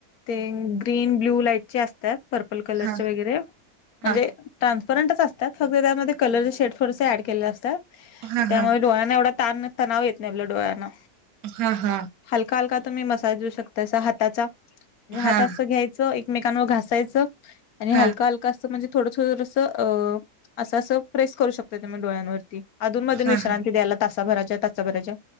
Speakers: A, on the left (about 70°); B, on the right (about 70°).
A: ते ग्रीन, ब्ल्यू लाईटचे अस त्यात पर्पल कलरचे
B: हा
A: वगैरे म्हणजे
B: हा
A: ट्रान्सपरंटच असतात फक्त त्यामध्ये कलरच शेड थोडसं ऍड केलेले असतात,
B: हा
A: त्यामुळे
B: हा
A: डोळ्यांना एवढा ताण, तणाव येत नाही आपल्या डोळ्यांना.
B: हा, हा
A: हलका, हलका तुम्ही मसाज देऊ शकताय असा हाताचा, म्हणजे हात
B: हा हा
A: असं घ्याय चं एकमेकांवर घासायचं आणि
B: हा
A: हलक, हलक असं म्हणजे थोडं थुरंस अं असं, असं प्रेस करू शकताय तुम्ही डोळ्यांवरती. अधून, मधून
B: हा
A: विश्रांती द्यायला तासा भरायचा तचा भराजय